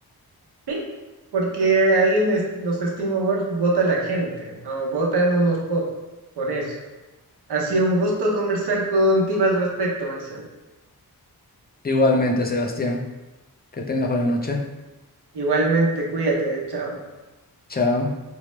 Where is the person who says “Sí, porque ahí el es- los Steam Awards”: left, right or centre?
Right